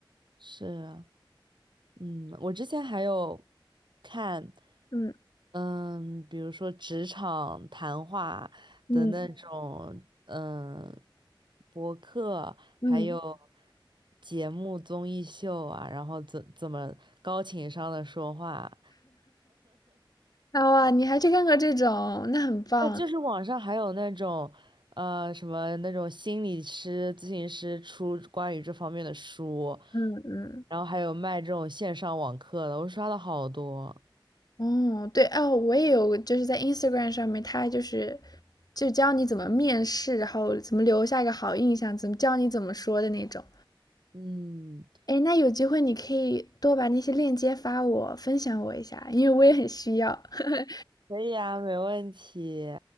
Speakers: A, on the right (about 60°); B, on the left (about 50°).
A: 是啊，嗯，我之前还有看，
B: 嗯
A: 嗯，比如说职场谈话的那种，
B: 嗯
A: 嗯，博客，
B: 嗯，
A: 还有节目综艺秀啊，然后怎怎么高情商的说话，
B: 啊哇，你还去看过这种，那很棒。
A: 那就是网上还有那种，呃，什么那种心理师、咨询师出关于这方面的书，
B: 嗯嗯。
A: 然后还有卖这种线上网课的，我刷了好多。
B: 哦，对哦，我也有，就是在 Instagram 上面，他就是就教你怎么面试，然后怎么留下一个好印象，怎么教你怎么说的那种。
A: 嗯，
B: 哎，那有机会你可以多把那些链接发我，分享我一下，因为我也很需要。<laughs>
A: 可以啊，没问题。